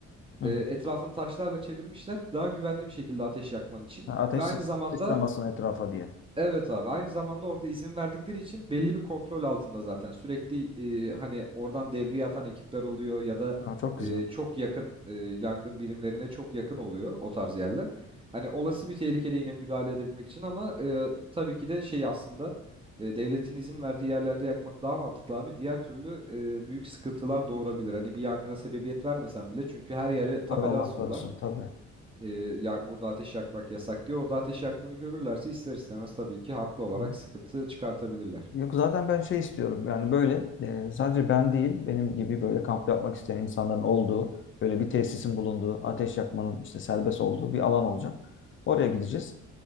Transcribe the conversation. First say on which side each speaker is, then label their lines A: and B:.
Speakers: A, on the left; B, on the right.
A: Hı
B: e,
A: hı.
B: etrafını taşlarla çevirmişler daha güvenli bir şekilde ateş yakman için
A: Ha, Ateş
B: ve aynı
A: sı-
B: zamanda
A: sıçramasın etrafa diye.
B: Evet abi aynı zamanda orada izin verdikleri için belli bir kontrol altında zaten sürekli e, hani oradan devriye atan ekipler oluyor ya da
A: Ha, çok
B: e,
A: güzel.
B: çok yakın e, yangın birimlerine çok yakın oluyor o tarz yerler. Hani olası bir tehlikede yine müdahale edebilmek için ama e, tabii ki de şey aslında e, devletin izin verdiği yerlerde yakmak daha mantıklı abi. Diğer türlü e, büyük sıkıntılar doğurabilir. Hani bir yangına sebebiyet vermesen bile çünkü her yere tabela
A: Tabii Allah
B: asıyorlar
A: korusun tabii.
B: e, ya burada ateş yakmak yasak diye orada ateş yaktığını görürlerse ister istemez tabii ki haklı olarak
A: Hı.
B: sıkıntı çıkartabilirler.
A: Yok zaten ben şey istiyorum yani böyle e, sadece ben değil benim gibi böyle kamp yapmak isteyen insanların olduğu böyle bir tesisin bulunduğu ateş yakmanın işte serbest olduğu bir alan olacak. Oraya gideceğiz